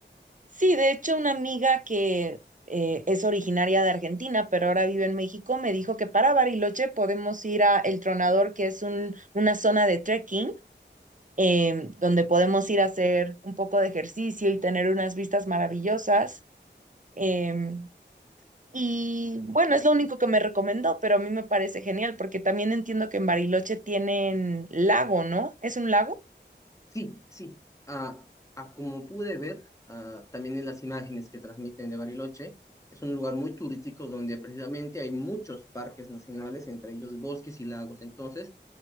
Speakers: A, on the right; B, on the left.
A: Sí, de hecho, una amiga que eh, es originaria de Argentina, pero ahora vive en México, me dijo que para Bariloche podemos ir a El Tronador, que es un, una zona de trekking em, donde podemos ir a hacer un poco de ejercicio y tener unas vistas maravillosas. em, y bueno, es lo único que me recomendó, pero a mí me parece genial porque también entiendo que en Bariloche tienen lago, ¿no? ¿Es un lago?
B: Sí, sí. Ah, ah, como pude ver, ah, también en las imágenes que transmiten de Bariloche, es un lugar muy turístico donde precisamente hay muchos parques nacionales, entre ellos bosques y lagos. Entonces,